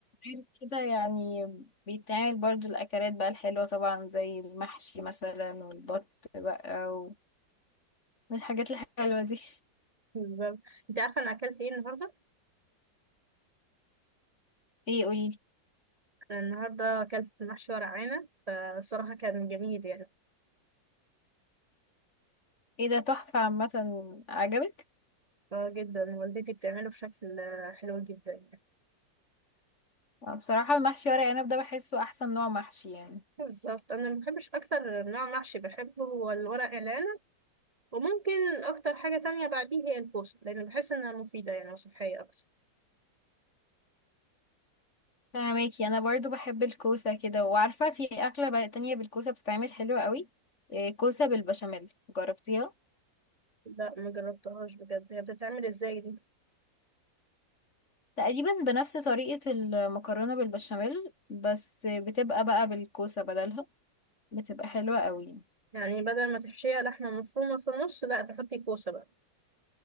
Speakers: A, on the left (about 40°); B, on the right (about 40°).
A: غير كده يعني بيتعمل برضو الاكلات بقى الحلوة طبعا زي المحشي مثلا والبط بقى و- والحاجات الحلوة دي
B: <laughs> بالظبط انت عارفه انا اكلت ايه النهارده
A: ايه قوليلي
B: أنا النهارده اكلت محشي ورق عنب فبصراحه كان جميل يعني
A: ايه ده تحفة عامة عجبك
B: اه جدا والدتي بتعمله بشكل آه، حلو جدا
A: بصراحة المحشي ورق عنب ده بحسه احسن نوع محشي يعني
B: بالظبط انا ما بحبش اكتر نوع محشي بحبه هو الورق العنب وممكن اكتر حاجه تانية بعديه هي الكوسه لان بحس انها مفيده يعني وصحيه اكتر
A: فهماكي انا برضو بحب الكوسه كده وعارفه في اكله بقى تانية بالكوسه بتتعمل حلوه قوي إيه، كوسه بالبشاميل جربتيها
B: لا ما جربتهاش بجد هي بتتعمل ازاي دي
A: تقريبا بنفس طريقه المكرونه بالبشاميل بس بتبقى بقى بالكوسه بدلها بتبقى حلوه قوي
B: يعني بدل ما تحشيها لحمه مفرومه في النص لا تحطي كوسه بقى